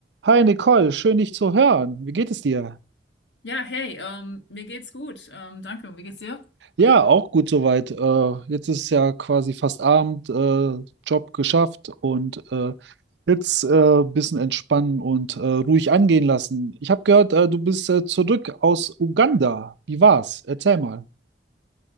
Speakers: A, on the right (about 75°); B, on the left (about 80°).
A: Hi Nicole, schön dich zu hören. Wie geht es dir?
B: Ja, hey, ähm, mir geht's gut. Ähm, danke. Und wie geht's dir?
A: Ja, auch gut soweit. Äh, jetzt ist ja quasi fast Abend, äh, Job geschafft und äh, jetzt äh, ein bisschen entspannen und äh, ruhig angehen lassen. Ich habe gehört, äh, du bist äh, zurück aus Uganda. Wie war's? Erzähl mal.